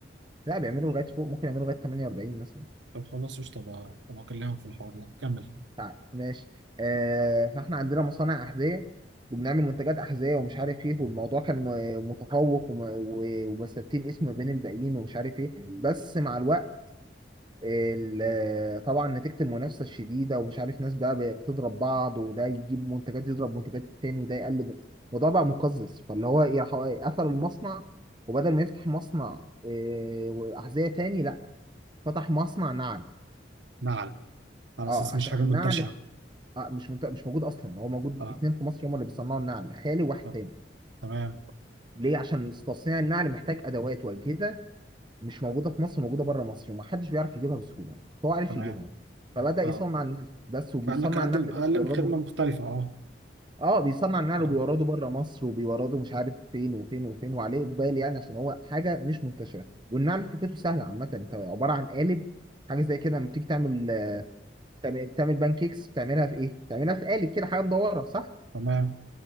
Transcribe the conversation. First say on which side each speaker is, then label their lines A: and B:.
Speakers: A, on the right; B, on the right.
A: لا بيعملوا لغايه فوق ممكن يعملوا لغايه 48 مثلا
B: طب خلاص قشطة بقى طب أكلمك في الحوار ده كمل
A: تع- ماشي آه فاحنا عندنا مصانع أحذية وبنعمل منتجات أحذية ومش عارف إيه والموضوع كان م- متفوق وم- و- ومثبتين اسم بين الباقيين ومش عارف إيه بس مع الوقت ال- آه، طبعا نتيجة المنافسة الشديدة ومش عارف ناس بقى بتضرب بعض وده يجيب منتجات يضرب منتجات التاني وده يقلب الموضوع بقى مقزز فاللي هو إيه حو- قفل المصنع وبدل ما يفتح مصنع آه، وأحذية تاني لا فتح مصنع نعل
B: نعل على
A: اه
B: أساس
A: عشان
B: مش حاجة
A: النعل
B: منتشرة
A: آه، مش منت- مش موجود اصلا هو موجود
B: اه
A: اتنين في مصر هم اللي بيصنعوا النعل خالي وواحد
B: طب
A: تاني
B: تمام
A: ليه عشان تصنيع النعل محتاج ادوات واجهزه مش موجوده في مصر موجوده بره مصر ومحدش بيعرف يجيبها بسهوله هو عارف
B: تمام
A: يجيبها فبدا
B: اه
A: يصنع النعل بس وبيصنع
B: فقال لك أقدم
A: النعل ده
B: أقدم
A: وبيورده
B: خدمة
A: بقى-
B: مختلفة اه
A: اه بيصنع النعل
B: اه
A: وبيورده بره مصر وبيورده مش عارف فين وفين وفين وعليه اقبال يعني عشان هو حاجه مش منتشره والنعل فكرته سهله عامه انت عباره عن قالب حاجه زي كده لما بتيجي تعمل بتعمل بان كيكس بتعملها في ايه؟ بتعملها في قالب كده حاجه مدوره صح؟
B: تمام